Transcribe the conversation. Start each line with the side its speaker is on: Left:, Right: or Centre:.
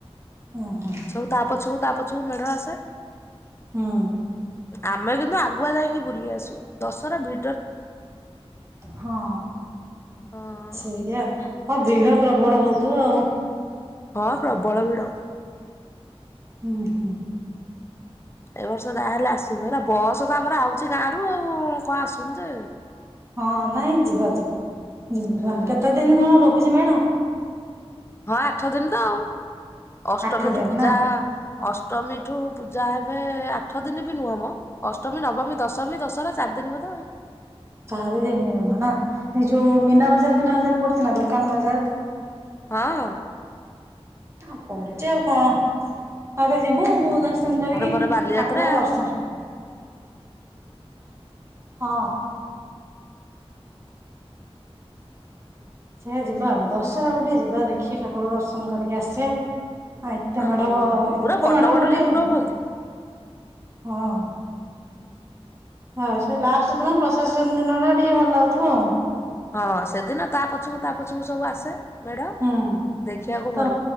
Right: ଓହୋ
Left: ସବୁ ତାପଛୁ ତା ପଛକୁ ମେଢ଼ ଆସେ
Right: ହୁଁ
Left: ଆମେ କିନ୍ତୁ ଆ ଆଗୁଆ ଯାଇକି ବୁଲି ଆସୁ ଦଶର ଭି
Right: ହଁ
Left: ହଁ
Right: ସେଇଆ ହଁ ଭିଡ ପ୍ରବଳ ହଉଥିବ ଆଉ
Left: ହଁ ପ୍ରବଳ ଭିଡ଼
Right: ହୁଁ ହୁଁ
Left: ଏ ବର୍ଷ ଯାହାହେଲେ ଆସିବୁ ହେଲା ବସ ତ ଆମର ଆଉଛି ଗାଁ ରରୁ ଆଉ କଣ ଆସୁନିଜେ
Right: ହଁ ନାଇଁ ଯିବା ଯିବା ଯିବା
Left: ହୁଁ
Right: କେତେ ଦିନ କଣ ରହୁଛି ମେଢ଼
Left: ହଁ ଆଠ ଦିନ ତ ଆଉ ଅଷ୍ଟମୀ
Right: ଆଠ ଦିନ
Left: ଠୁ ପୂଜା
Right: ନା
Left: ଅଷ୍ଟ ଅଷ୍ଟମୀଠୁ ପୂଜା ହେବେ ଆଠ ଦିନ ବି ନୁହଁ ଅଷ୍ଟମୀ ନବମୀ ଦଶମୀ ଦଶହରା ଚାରି ଦିନ ବୋଧ ଆଉ
Right: ସାର ଜିନ ଜମା ନା ଏଇ ଯୋଉ ମୀନା ବଜାର ଫିନା ବଜାର ପଡିଥିଲା ନା <inaudible>
Left: ହଁ
Right: ଆ ପଢିଛ ଆଉ କଣ ଆବେ ଯିବୁ ବ ଦର୍ଶ ଦର୍ଶନ କରିକି
Left: ପରେ ପରେ ବାଲିଯାତ୍ରା
Right: ଠାକୁରଙ୍କୁ ଦର୍ଶନ ହଁ ସେ ଯିବା ଆଉ ଦଶହରା ଗୋଟେ ଯିବା ଦେଖି ଠାକୁର ଦର୍ଶନ କରିକି ଆସିବା। ଆ ଏତେ
Left: ହଁ
Right: ମେଢ଼ ଏତେ
Left: ପୁରା ବଡ଼
Right: ତ ମେଢ
Left: ବଡ଼
Right: ବୁଲି
Left: ଠାକୁର
Right: ହବ।
Left: ହୁଅନ୍ତି।
Right: ହଁ ହଁ ସେ ଲାଷ୍ଟ ଦିନ ପ୍ରସାସନ ଦିନ ଟା ଟିକେ ଭଲ ଲାଗୁଥିବ ଆଉ।
Left: ହଁ ସେଦିନ ତା ପଛକୁ ତା ପଛକୁ ସବୁ ଆସେ ମେଢ଼।
Right: ହୁଁ
Left: ଦେଖିବାକୁ ଭଲ
Right: ତ